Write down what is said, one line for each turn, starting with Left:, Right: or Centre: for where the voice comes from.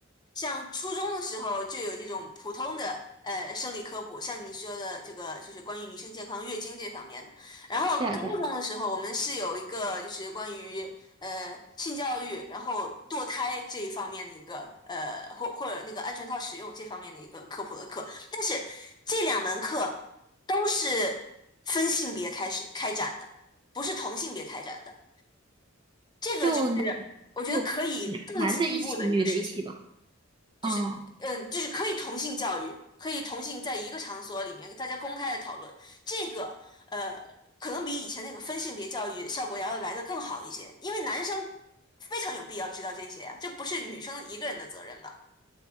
Left: 像初中的时候就有这种普通的呃生理科普，像你说的这个就是关于女性健康、月经这方面的。然后高中的时候，
Right: 对啊对，
Left: 我们是有一个就是关于呃性教育，然后堕胎这一方面的一个呃或或者那个安全套使用这方面的一个科普的课。但是这两门课都是分性别开始开展的，不是同性别开展的。这个就是我觉得可以更进一步的一个事情，
Right: 就男就男男的一起，女的一起吧。
Left: 就是嗯，
Right: 嗯
Left: 就是可以同性教育，可以同性在一个场所里面大家公开的讨论，这个呃，可能比以前那个分性别教育效果要来的更好一些，因为男生非常有必要知道这些呀，这不是女生一个人的责任吧？